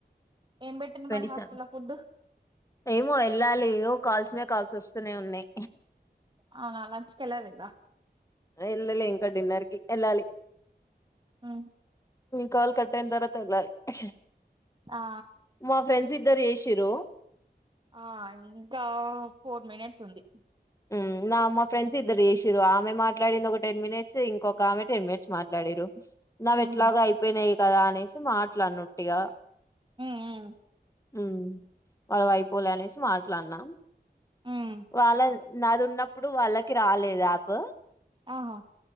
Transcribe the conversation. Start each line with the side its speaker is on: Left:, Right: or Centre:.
Right: ఏం పెట్టింది
Left: ట్వంటీ
Right: మరి హాస్టల్
Left: సెవెన్
Right: లో ఫుడ్
Left: ఏమో వెళ్ళాలి కాల్స్ మీద కాల్స్ వస్తూనే ఉన్నాయి
Right: అవునా లంచ్ కెళ్ళలేదా
Left: వెళ్ళాల ఇంకా డిన్నర్ కి వెళ్ళాలి
Right: ఆ
Left: కాల్ కట్టేన్ తర్వాత <unintelligible>
Right: ఆ
Left: తిరు
Right: ఆ ఇంకా ఫోర్ మినిట్స్ ఉంది
Left: ఉమ్ నిన్న మా ఫ్రెండ్స్ ఇద్దరు చేషిరు ఆమె మాట్లాడింది ఒక టెన్ మినిట్స్ ఇంకొక ఆమె టెన్ మినిట్స్ మాట్లాడిరు నవి
Right: ఉహు
Left: ఎట్లాగ అయిపోయినాయి కదా అనేసి మాట్లానట్టిగా
Right: ఆ ఆ
Left: ఉమ్ వాళ్ళ వయిప్ పోలే అనేసి మాట్లాడనాం
Right: ఉమ్
Left: వాళ్ళ నాది ఉన్నప్పుడు వాళ్ కి రాలేదు ఆప్
Right: ఆహా